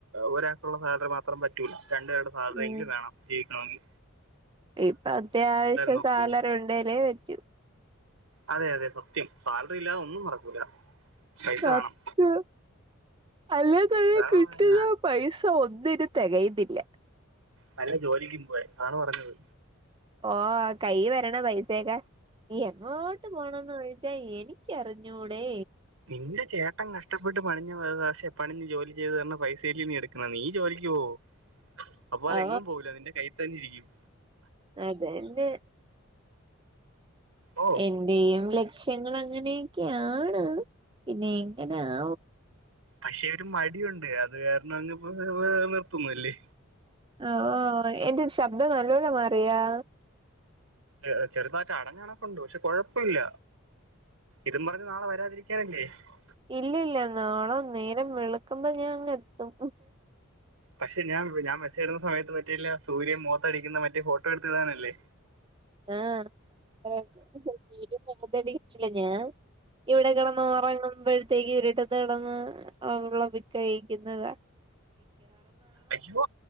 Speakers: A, on the right; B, on the right.
A: ഒരാൾക്കുള്ള സാലറി മാത്രം പറ്റൂല. രണ്ടു പേരുടെ സാലറിയെങ്കിലും
B: ഉം
A: വേണം. ജീവിക്കണോങ്കി.
B: ഇപ്പൊ അത്യാവശ്യം
A: നോക്കുന്നത്
B: സാലറി ഉണ്ടേലേ പറ്റൂ.
A: അതെ അതെ സത്യം. സാലറി ഇല്ലാതെ ഒന്നും നടക്കൂല. പൈസ
B: സത്യം.
A: വേണം
B: അല്ലെ തന്നെ
A: അതാണ്
B: കിട്ടിയാ
A: പറഞ്ഞത്.
B: പൈ ന്ന ഒന്നിനും തികയന്നില്ല.
A: വെല്ല ജോലിക്കും പോവാൻ അതാണ് പറഞ്ഞത്.
B: ഓഹ് കൈയ്യീ വരണ പൈസയൊക്കെ എങ്ങോട്ട് പോണോന്ന് ചോദിച്ചാ എനിക്ക് അറിഞ്ഞൂടെ.
A: നിന്റെ ചേട്ടൻ കഷ്ടപ്പെട്ട് പണിഞ്ഞ വ പക്ഷെ പണിഞ്ഞു ജോലി ചെയ്ത് തന്ന പൈസയെല്ലെ നീ എടുക്കണത് നീ ജോലിക്ക് പോവോ അപ്പ അവൻ
B: ഓ
A: എങ്ങും പോവൂല നിന്റെ കയ്യീ തന്നെ ഇരിക്കും.
B: അതെന്നെ.
A: ഓ
B: എന്റെയും ലക്ഷ്യങ്ങളങ്ങനെയൊക്കെയാണ്. പിന്നെ എങ്ങനാവും.
A: പക്ഷെ ഒര് മടിയുണ്ട് അത് കാരണം അങ് പ്പോ ഏഹ് ഏഹ് നിർത്തുന്നില്ലേ.
B: ആഹ് ഓഹ് എന്റെരു ശബ്ദം നല്ലോല്ലെ മാറിയോ
A: ഏഹ് ചെറുതായിട്ട് അടഞ്ഞടപ്പുണ്ട് പക്ഷെ കൊഴപ്പല്ല ഇതും പറഞ്ഞ് നാളെ വരാതിരി <unintelligible>
B: ഇല്ല ഇല്ല നാളെ നേരം വിെളുക്കുമ്പോ ഞാ ങ്ങെത്തും.
A: പക്ഷെ ഞാൻ ഞാൻ മസേജ് ഇടുന്ന സമയത്ത് പറ്റില്ല സൂര്യൻ മോത്ത ടിക്കുന്ന മറ്റേ ഫോട്ടോ എടുത്തിടാനെല്ലേ
B: <unintelligible> ഇവിടെ കിടന്ന് ഉറങ്ങുമ്പോഴ്ത്തേക്ക് ഇരിട്ടത്ത് കിടന്ന് ആഹ് വിളബിക്കഴിക്കുന്നതാ
A: അയ്യോ